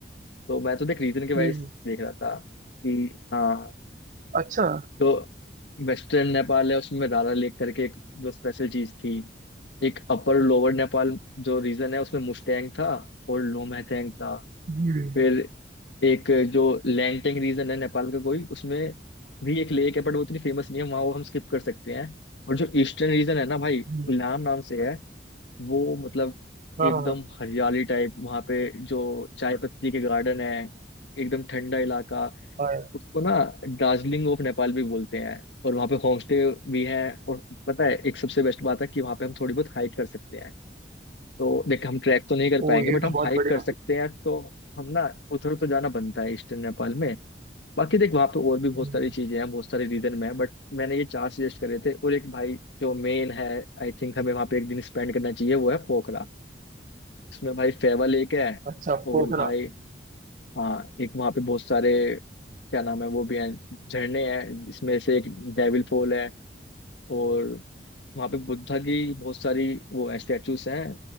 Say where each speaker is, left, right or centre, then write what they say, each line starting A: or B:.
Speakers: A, on the left (about 85°); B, on the right (about 50°).
A: तो मैं तो देख रीजन के वाइज
B: हम्म
A: देख रहा था कि हाँ
B: अच्छा
A: तो वेस्टर्न नेपाल है उसमें रारा लेक करके एक जो स्पेशल चीज थी एक अपर लोअर नेपाल जो रीजन है उसमें मुस्टैंग था और लोमहथेंग था
B: हम्म
A: फिर एक जो लैंगटेंग रीजन है नेपाल का कोई उसमें भी एक लेक है बट वो इतनी फेमस नहीं है वहाँ वो हम स्किप कर सकते हैं और जो ईस्टर्न रीजन है ना भाई
B: हम्म,
A: इलाम नाम से है वो मतलब
B: हाँ
A: एकदम हरियाली टाइप वहाँ पे जो चाय पत्ती के गार्डन है एकदम ठंडा इलाका
B: हाँ हाँ।
A: उसको ना दार्जिलिंग ऑफ नेपाल भी बोलते हैं और वहाँ पे होम स्टे भी है और पता है एक सबसे बेस्ट बात है कि वहाँ पे हम थोड़ी बहुत हाइक कर सकते हैं तो देख हम ट्रैक तो नहीं कर
B: ओ
A: पाएंगे
B: ये
A: बट
B: तो
A: हम
B: बहुत
A: हाइक
B: बढ़िया
A: कर सकते हैं तो हम ना उधर तो जाना बनता है ईस्टर्न नेपाल में बाकी देख वहाँ पे और भी बहुत
B: हम्म,
A: सारी चीजें हैं बहुत सारे रीजन में बट मैंने ये चार सजेस्ट करे थे और एक भाई जो मेन है आई थिंक हमें वहाँ पे एक दिन स्पेंड करना चाहिए वो है पोखरा उसमें भाई फेवा लेक है
B: अच्छा
A: और
B: पोखरा
A: भाई हाँ एक वहाँ पे बहुत सारे क्या नाम है वो भी हैं झरने हैं इसमें से एक डेविल फॉल है और वहाँ पे बुद्धा की बहुत सारी वो स्टैचूज हैं